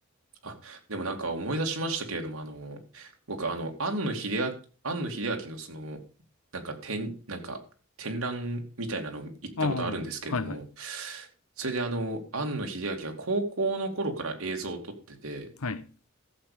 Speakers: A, on the right (about 85°); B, on the left (about 80°).
A: あ、でもなんか思い出しましたけれども、あの、僕、あの、庵野秀明、庵野秀明のその、なんか展、なんか展覧みたいなの行ったことあるんですけれども、
B: ああ、はいはい。
A: それであの、庵野秀明は高校の頃から映像を撮ってて、
B: はい。